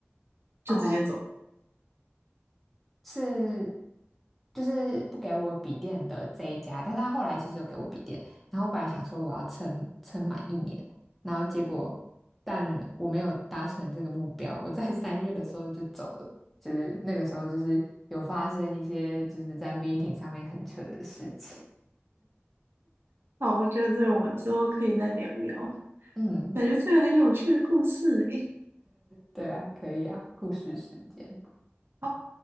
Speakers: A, on the right; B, in the centre.
A: 就直接走。
B: 哦是就是不给我笔电的这一家，但是他后来其实有给我笔电，然后我本来想说我要撑撑满一年，然后结果但我没有达成这个目标，我在三月的时候就走了，就是那个时候就是有发生一些就是在 meeting 上面很扯的事情，
A: 好，我觉得这个我们之后可以再聊聊，
B: 嗯，
A: 感觉这个很有趣的故事诶。
B: 对啊，可以啊，故事时间。
A: 好